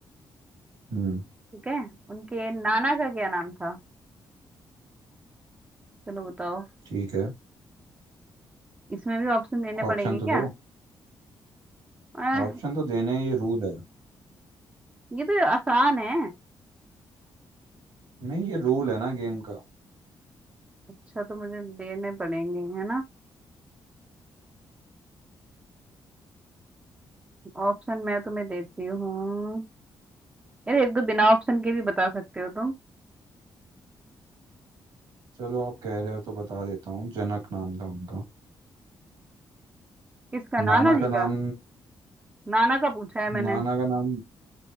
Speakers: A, on the right; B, on the right.
A: हम्म
B: ठीक है उनके नाना का क्या नाम था चलो बताओ
A: ठीक है
B: इसमें भी ऑप्शन देने
A: ऑप्शन
B: पड़ेंगे
A: तो
B: क्या
A: दो
B: आह,
A: ऑप्शन तो देने ये रूल है
B: ये तो आसान है
A: नहीं ये रूल है ना गेम का
B: अच्छा तो मुझे देने पड़ेंगे है ना ऑप्शन मैं तुम्हें देती हूँ अरे एक दो बिना ऑप्शन के भी बता सकते हो तुम
A: चलो आप कह रहे हो तो बता देता हूँ जनक नाम था उनका
B: किसका नाना
A: नाना
B: जी
A: का नाम
B: का नाना का पूछा है मैंने
A: नाना का नाम